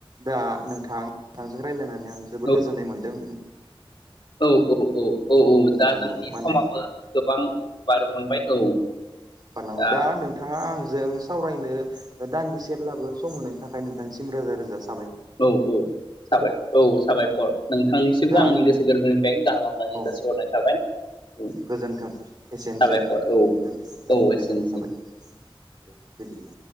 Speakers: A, on the right; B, on the left.
A: दा नोंथां जों रायज्लायनानै आं जोबोद
B: औ
A: गोजोननाय मोन्दों।
B: औ औ औ औ औ दा
A: नंगौ
B: जोंनि
A: माने
B: समाबो गोबां बारगलांबाय औ
A: बारलांबाय
B: दा
A: नोंथाङा आंजों सावरायनो दान्दिसेब्लाबो सम होनायनि थाखाय नोंथांनिसिम रोजा रोजा सा
B: औ औ साबाय औ सा साबायखर नोंथांनिसिमबो
A: दे दा
B: आंनि गोसो गोरबोनिफ्राय गाहाम हामलायनाय
A: औ
B: जासिहरनाय थाबायाबर औ औ
A: गोजोन्थों एसेनोसै
B: साबायखर औ
A: गोजोन
B: औ
A: गोजोननाय
B: एसेनोसै।
A: थाबाय दे बिदिब्ला।